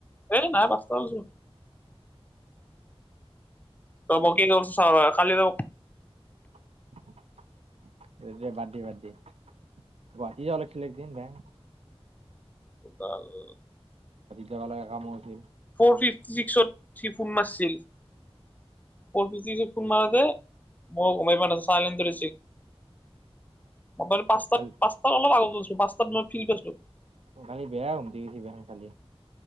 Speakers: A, on the left; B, on the right.
A: এই নাই পাঁচটা গৈছোঁ। ৰ কালি <unintelligible>
B: <unintelligible> বাদ দি বাদ দি গুৱাহাটী জাব লাগছিলে বেং।
A: উদাল <inaudible>
B: যাবা লাগা কামো আছিল।
A: ফ'ৰ ফিফটি ছিক্সত থিপুণ মাচছিল <unintelligible> <unintelligible> ফোন মাৰতে মই গমাই পা নাছিলো প প
B: কালি
A: আগত <unintelligible> মই ফিল পাইছো।
B: খালি বেয়া হ কিছি বে খালি